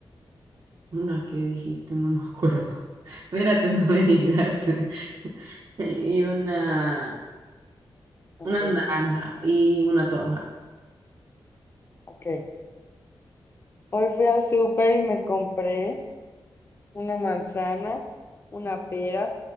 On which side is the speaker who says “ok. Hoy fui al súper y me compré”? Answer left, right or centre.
Left